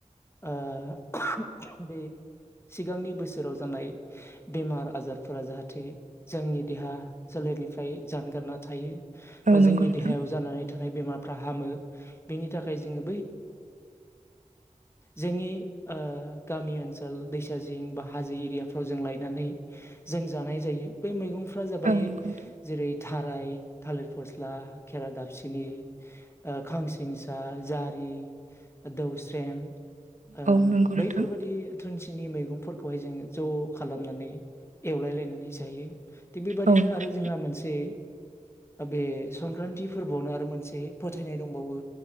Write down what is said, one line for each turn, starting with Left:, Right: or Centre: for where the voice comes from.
Left: ओ बे सिगांनि बोसोराव जानाय बेमार आजारफोरा जाहाथे जोंनि देहा सोले रनिफ्राय जानगारना थायो बा
Right: नंगौ
Left: जोंनि
Right: नोंथां
Left: देहायाव जानानै थानाय बेमारफ्रा हामो बेनि थाखाय जोङो बै ओनसोल दैसा जिं बा हाजो एरियाफ्राव जों लगायनानै जों जानाय जायो बै मैगं फ्रा‌जाबाय
Right: औ नंगौ नोंथां
Left: जेरै थाराय थालिर फस्ला खेरा दाफिनि ओ खांसिंसा जारि दौस्रेम ओ
Right: औ नंगौ नोंथां
Left: बैफोरबायदि थुुनसिनि मैगंफोरखौहाय जोङो ज' खालामनानै एवलायलायनानै जायो थिग बेबादिनो
Right: औ नंगौ नोंथां
Left: आरो जोंहा मोनसे बे संक्रान्ति फोरबोआवनो आरो मोनसे फोथायनाय दंबावो